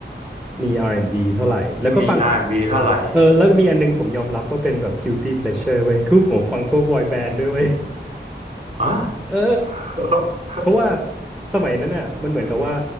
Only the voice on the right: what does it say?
มี R&B เท่าไหร่
อ๋อ
<laughs>